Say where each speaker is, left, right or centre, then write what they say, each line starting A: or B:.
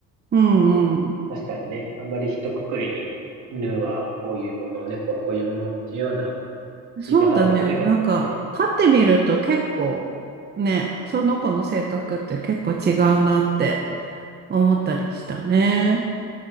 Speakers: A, on the right; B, on the right.
A: うんうん。
B: 確かにね、あんまり一括りに、犬はこういうもの、猫はこういうものっていうような
A: そうだね。
B: 言い方はできないかもしれないね。
A: なんか、飼ってみると結構ね、その子の性格って結構違うなって。思ったりしたね。